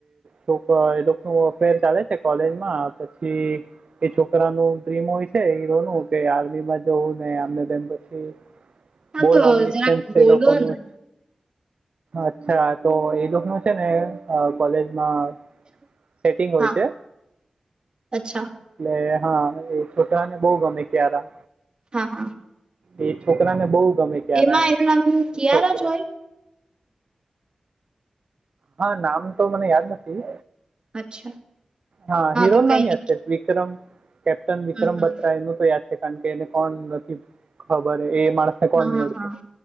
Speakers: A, on the right (about 60°); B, on the right (about 40°).
A: છોક એ ન અફેર ચાલે છે કોલેજમાં પછી એ છોકરા ન ડ્રીમ હોય છે હીરો નું કે આર્મી માં જવું મને તેમ પછી
B: <inaudible>
A: બહુ લોંગ ડિસ્ટન્સ
B: જરાક
A: છે
B: બોલો
A: લોકોનું
B: ને
A: અચ્છા તો એજક ન છે ને કોલેજમાં સેટિંગ હોય
B: હા
A: છે
B: અચ્છા
A: એટલે હા એ છોટા ને બહુ ગમે ત્યારા
B: હા હા
A: એ છોકરા ને બહુ ગમે ત્યારે
B: એમાં
A: એમ
B: એનું નામ કિયારા
A: એ છોકરો
B: જ હોય
A: હા નામ તો મને યાદ નથી
B: અચ્છા
A: હા હીરો
B: તો
A: નામ
B: કઈ નઈ
A: યાદ છે વિક્રમ કેપ્ટન વિક્રમ
B: હમ હમ
A: બત્રા એનું તો યાદ કારણ કે એને કોણ નથી ખબર એ માણસ હ કોડ
B: હા હા હા